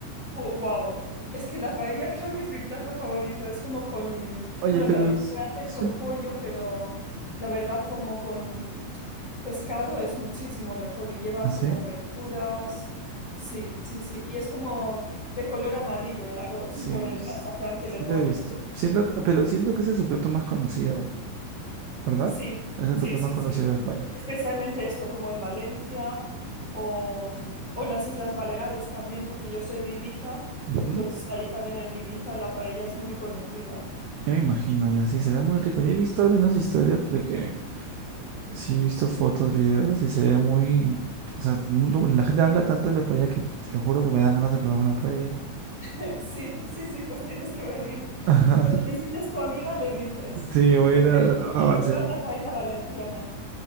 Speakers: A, on the left (about 25°); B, on the right (about 85°).
A: wow. Es que la paella creo que es mi plato favorito. Es como con,
B: Oye,
A: bueno,
B: pero...
A: también
B: es-
A: se puede hacer
B: sí-
A: con pollo, pero la verdad como con pescado es muchísimo mejor y lleva
B: ¿Ah, sí?
A: como verduras. Sí, sí, sí. Y es como de color amarillo el arroz
B: Sí,
A: por el
B: sí
A: azafrán que le ponen.
B: lo he visto. Siento, que- pero siento que ese es su plato más conocido, ¿verdad?
A: Sí,
B: Es el
A: sí,
B: plato
A: sí,
B: más conocido
A: sí.
B: de España.
A: Especialmente esto, como en Valencia o, mm, o las Islas Baleares también, porque yo soy de Ibiza,
B: Ujú.
A: entonces ahí también en Ibiza la paella es muy conocida.
B: Yo me imagino, ya sí, se ve muy rico. Yo he visto al menos historias porque Sí, he visto fotos, videos y se ve muy... O sea, mu- tu- la gente habla tanto de la paella que te lo juro que me dan ganas de probar una paella.
A: <laughs> Sí, sí, sí, pues tienes que venir.
B: <laughs> Ajá.
A: Cuando visites tu amiga le dices
B: Sí, voy
A: que,
B: a ir
A: te-
B: a, a
A: que quiero
B: Barcelona.
A: probar la paella valenciana.